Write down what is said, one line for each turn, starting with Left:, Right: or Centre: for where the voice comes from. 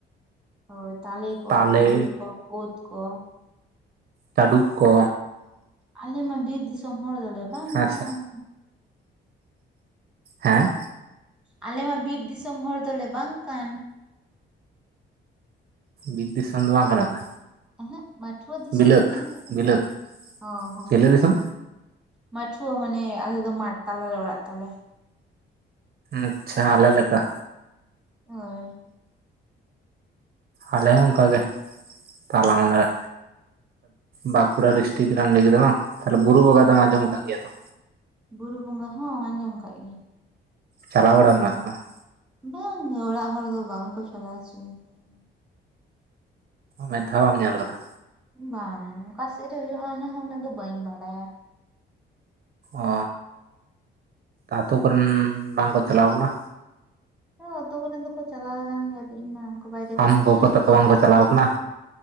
Centre: ᱦᱳᱭ ᱛᱟᱞᱮ ᱠᱚ
Right: ᱛᱟᱞᱮ
Centre: ᱠᱷᱤᱡᱩᱨ ᱠᱚ ᱚᱛ ᱠᱚ
Right: ᱪᱟᱹᱰᱩᱵ ᱠᱚ
Centre: ᱟᱞᱮ ᱢᱟ ᱵᱤᱨ ᱫᱤᱥᱚᱢ ᱦᱚᱲ ᱫᱚᱞᱮ ᱵᱟᱝ
Right: ᱦᱮᱸ
Centre: ᱠᱟᱱ᱾
Right: ᱥᱮ ᱦᱮᱸ
Centre: ᱟᱞᱮ ᱢᱟ ᱵᱤᱨ ᱫᱤᱥᱚᱢ ᱦᱚᱲ ᱫᱚᱞᱮ ᱵᱟᱝ ᱠᱟᱱ᱾
Right: ᱵᱤᱨ ᱫᱤᱥᱚᱢ ᱫᱚ ᱵᱟᱝ ᱠᱟᱱᱟ ᱯᱮ?
Centre: ᱟᱹᱦᱟᱹᱜ ᱵᱟᱹᱴᱷᱩᱣᱟᱹ ᱫᱤᱥᱚᱢ
Right: ᱵᱤᱞᱟᱹᱛ
Centre: ᱠᱟᱱᱟ ᱞᱮ ᱫᱚ
Right: ᱵᱤᱞᱟᱹᱛ
Centre: ᱦᱚᱸ ᱦᱚᱸ
Right: ᱪᱮᱞᱮ ᱫᱤᱥᱚᱢ
Centre: ᱢᱟᱴᱷᱩᱣᱟᱹ ᱢᱟᱱᱮ ᱟᱞᱮ ᱫᱚ ᱢᱟᱴᱷ ᱛᱟᱞᱟᱞᱮ ᱚᱲᱟᱜ ᱛᱟᱞᱮ
Right: ᱟᱪᱪᱷᱟ ᱟᱞᱮ ᱞᱮᱠᱟ᱾
Centre: ᱟᱨ
Right: ᱟᱞᱮ ᱦᱚᱸ ᱚᱱᱠᱟᱜᱮ ᱛᱟᱞᱟ ᱢᱟᱞᱟ ᱵᱟᱸᱠᱩᱲᱟ ᱰᱤᱥᱴᱤᱠ ᱨᱮᱱᱢ ᱞᱟᱹᱭ ᱠᱮᱫᱟ ᱵᱟᱝ? ᱛᱟᱦᱞᱮ ᱵᱩᱨᱩ ᱵᱚᱸᱜᱟ
Centre: ᱦᱮᱸ
Right: ᱫᱚᱢ ᱟᱸᱡᱚᱢ ᱟᱠᱟᱫ ᱜᱮᱭᱟ ᱛᱚ
Centre: ᱵᱩᱨᱩ ᱵᱚᱸᱜᱟ ᱦᱚᱸ ᱟᱸᱡᱚᱢ ᱠᱟᱜ ᱜᱤᱭᱟᱹᱧ᱾
Right: ᱪᱟᱞᱟᱣ‌ ᱵᱟᱲᱟ ᱠᱟᱱᱟᱢ ᱥᱮ ᱵᱟᱝ?
Centre: ᱵᱟᱝ ᱚᱲᱟᱜ ᱦᱚᱲ ᱫᱚ ᱵᱟᱝᱠᱚ ᱪᱟᱞᱟᱣ ᱦᱚᱪᱚᱧᱤᱭᱟ
Right: ᱢᱤᱫ ᱫᱷᱟᱣ ᱵᱟᱢ ᱧᱮᱞ ᱟᱠᱟᱫᱟ
Centre: ᱵᱟᱝ ᱚᱠᱟ ᱥᱮᱫ ᱨᱮ ᱦᱩᱭᱩᱜᱼᱟ ᱚᱱᱟ ᱦᱚᱸ ᱩᱱᱟᱹᱜ ᱫᱚ ᱵᱟᱹᱧ ᱵᱟᱲᱟᱭᱟ᱾
Right: ᱚ ᱟᱹᱛᱩ ᱠᱚᱨᱮᱱ ᱵᱟᱝᱠᱚ ᱪᱟᱞᱟᱣ ᱠᱟᱱᱟ?
Centre: ᱟᱹᱛᱩᱳ ᱠᱚᱨᱮᱱ ᱫᱚᱠᱚ ᱪᱟᱞᱟᱣ ᱟᱠᱟᱱ ᱜᱮᱭᱟ ᱤᱧ ᱢᱟ ᱵᱟᱭᱨᱮ ᱠᱚᱨᱮᱧ
Right: ᱟᱢ ᱜᱚᱜᱚ
Centre: ᱛᱟᱦᱮᱸᱱᱟ
Right: ᱛᱟᱠᱚ
Centre: ᱥᱮ
Right: ᱵᱟᱝᱠᱚ ᱪᱟᱞᱟᱣ ᱟᱠᱟᱱᱟ